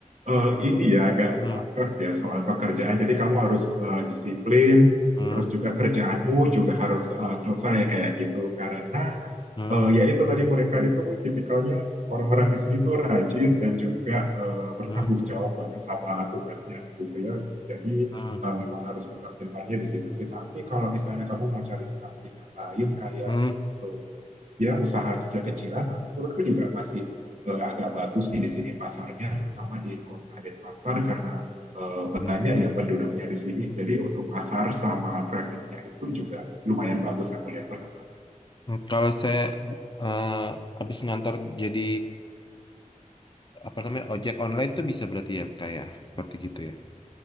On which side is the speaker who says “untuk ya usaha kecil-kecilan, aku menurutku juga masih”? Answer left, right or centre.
Right